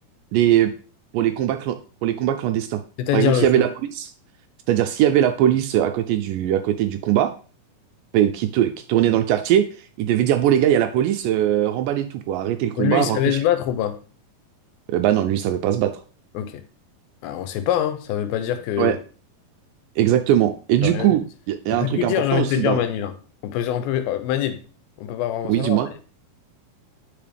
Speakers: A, on the right; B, on the left.
A: les, pour les combats, clan- pour les combats clandestins.
B: C'est-à-dire
A: Par exemple,
B: le
A: s'il y
B: chou.
A: avait la police, c'est-à-dire s'il y avait la police à côté du, à côté du combat, et qui, tou- qui tournait dans le quartier, il devait dire, bon les gars, il y a la police, euh, remballez tout, quoi, arrêtez le combat,
B: Lui, il
A: rentrez
B: savait
A: chez
B: se battre ou pas?
A: vous. Euh, bah non, lui, il savait pas se battre.
B: Ok. Alors, on sait pas, hein. Ça veut pas dire que
A: Ouais, exactement. Et
B: ça peut
A: du
B: rien.
A: coup, il y, a
B: Ça
A: y a
B: peut
A: un truc
B: plus dire,
A: important
B: j'ai envie
A: aussi
B: de te dire
A: dans...
B: Manil. hein. On peut, on peut, euh, Manil, on peut pas vraiment
A: Oui,
B: savoir.
A: dis-moi.